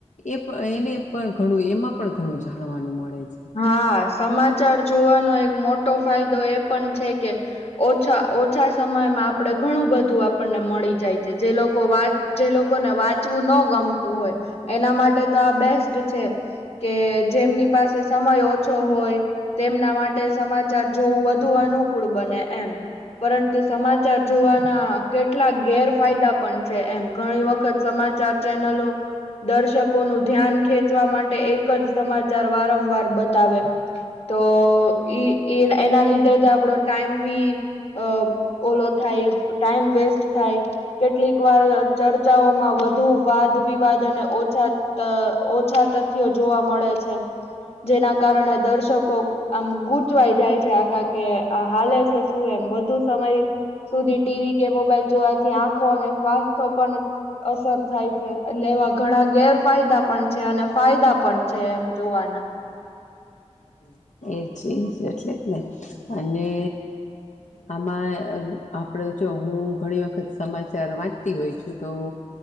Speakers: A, on the left (about 85°); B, on the left (about 55°).
A: એ એને પણ ઘણું એમાં પણ ઘણું જાણવાનું મળે. છે.
B: હા સમા ચાર જોવાનો એક મોટો ફાયદો એ પણ છે કે ઓછા ઓછા સમયમાં આપણે ઘણું બધું આપણને મળી જાય છે. જે લોકો જે લોકોને વાંચવું ન ગમતું હોય એના માટે તો આ બેસ્ટ છે કે જેમની પાસે સમય ઓછો હોય તેમના માટે સમાચાર જોવું વધુ અનુકૂળ બને એમ. પરંતુ સમાચાર જોવાના કેટલાક ગેરફાયદા પણ છે એમ ઘણી વખત સમા આ <unintelligible> ચાર ચેનલો દર્શકો નું ધ્યાન ખેંચવા માટે એક જ સમાચાર વારંવાર બતાવે તો એ એના લીધે તો આપડો ટાઈમ ભી અ ઓલો થાય ટાઈમ વેસ્ટ થાય કેટલીક વાર ચર્ચાઓમાં વધુ વાદ વિવાદ અને ઓછા અ ઓછા તથ્યો જોવા મળે છે. જેના કારણે દર્શકો આમ ગૂચવાઈ જાય છે, આખા કે આ હાલે છે, શું એમ વધુ સમય સુધી ટીવી કે મોબાઈલ જોવાથી આંખો અને સ્વાસ્થ પણ અસર થાય છે, એટલે એવા ઘણા ગેરફાયદા પણ છે, અને ફાયદા પણ છે, એમ જોવાના.
A: એજ એજ એટલે જ ને અને આમાં આપણે જો હું ઘણી વખત સમાચાર વાંચતી હોય છું, તો